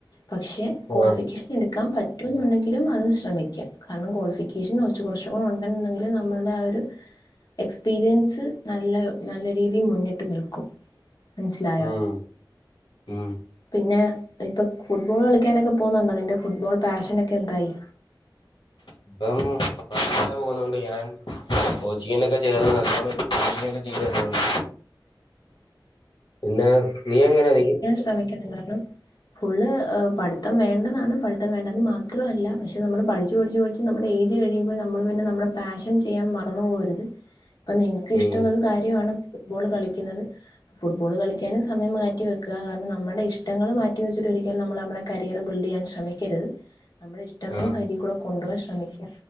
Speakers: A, on the left (about 55°); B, on the left (about 75°).
A: പക്ഷെ കോളിഫിക്കേഷൻ
B: ആഹ്
A: എടുക്കാൻ പറ്റുന്നുണ്ടെങ്കിലും അതിന് ശ്രമിക്കാം കാരണം ക്വാളിഫിക്കേഷൻ കൊറച്ച് കുറച്ചും കൂടി ഉണ്ടെന്ന്ണ്ടെങ്കില് നമ്മൾടെ ആ ഒരു എക്സ്പീരിയൻസ് ന്നല്ല ന്നല്ല രീതിയിൽ മുന്നിട്ട് ന്നിൽക്കും മനസ്സിലായോ
B: ഉം ഉം
A: പിന്നെ നി ഇപ്പ ഫുട്ബോൾ കളിക്കാനൊക്കെ പോകുന്നുണ്ടോ നിന്റെ ഫുട്ബോൾ പാഷനൊക്കെ എന്തായി.
B: ഇപ്പം പടിക്കാൻ പോകുന്നുണ്ട് ഞാൻ കൊച്ചിങ്ങിനൊക്കെ ചേർന്ന് നല്ലോണം ഇപ്പൊ പ്രാക്ടീസൊക്കെ ചെയ്ത് തരനുണ്ട് പിന്നെ നീ എങ്ങനെ ന്നിക്ക്-
A: ശ്രമിക്കണത് കാരണം ഫുള്ള് പഠിത്തം വേണ്ടതാണ് പഠിത്തം വേണ്ടന്ന് മാത്രൊ അല്ല പക്ഷെ നമ്മള് പഠിച് പഠിച് പഠിച് നമ്മടെ ഏജ് കഴിയുമ്പോ നമ്മള് പിന്നെ ന്നമ്മടെ പാഷൻ ചെയ്യാൻ മറന്നു പോവരുത്. അപ്പൊ ന്നിൻക്ക് ഇഷ്ട്ടുള്ളൊരു
B: ഉം
A: കാര്യവാണ് ഫുട്ബോൾ കളിക്കുന്നത് ഫുട്ബോൾ കളിക്കാനും സമയം മാറ്റി മാറ്റി വെക്കാ കാരണം നമ്മുടെ ഇഷ്ടങ്ങൾ മാറ്റിവെച്ചിട്ട് ഒരിക്കലും നമ്മൾ നമ്മളെ കരിയർ ബിൽഡ് ചെയ്യാൻ ശ്രമിക്കരുത് നമ്മുടെ ഇഷ്ടങ്ങളും
B: ആഹ്
A: സൈഡി കൂടെ കൊണ്ടുവരാൻ ശ്രമിക്ക